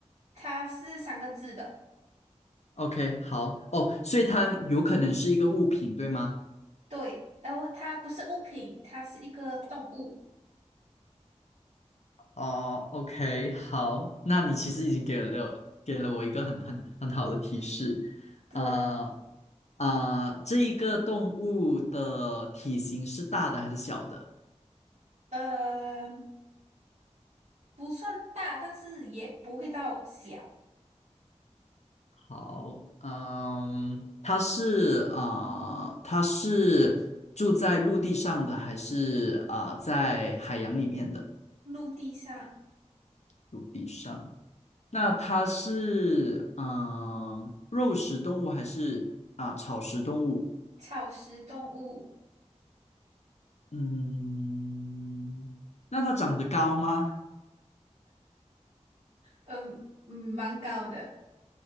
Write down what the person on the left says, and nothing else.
？OK，好哦，所以它有可能是一个物品，对吗？
哦，OK，好，那你其实已经给了给了我一个很很很好的提示，
呃呃，这一个动物的体型是大的还是小的？
好，嗯，它是呃，它是住在陆地上的还是呃在海洋里面的？
陆地上，那它是嗯、呃肉食动物还是啊、草食动物？
嗯，那它长得高吗？<laughs>